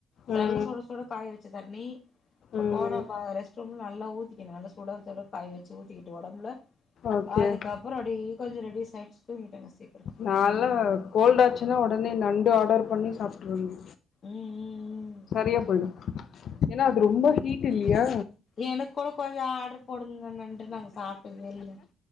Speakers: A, on the left; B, on the left.
A: செல்ல
B: ம்
A: சுட சுட காய் வச்ச தண்ணி இப்ப
B: ம்
A: போனப் பாக ரெஸ்ட்ரூம்ல நல்லா ஊத்திக்கினு நல்ல சுட சுட காய் வச்சி ஊத்திக்கிட்டு உடம்புல
B: ஓகே
A: அதுக்கப்ரோ அப்படி கொஞ்சோ ரெடியூஸ் ஆச்சி தூங்கிட்டாங்க சீக்ரோ
B: நான்ல்லா கோல்ட் ஆச்சின்னா உடனே நண்டு ஆர்டர் பண்ணி சாப்டுருவங்க
A: ம் ம்
B: சரியா போயிடு ஏனா
A: ம்
B: அது
A: ம்
B: ரொம்ப ஹீட் இல்லியா
A: எனக்கு கூட கொஞ்சோ ஆர்டரு போடுங்க நண்டு நாங்க சாப்டதே இல்ல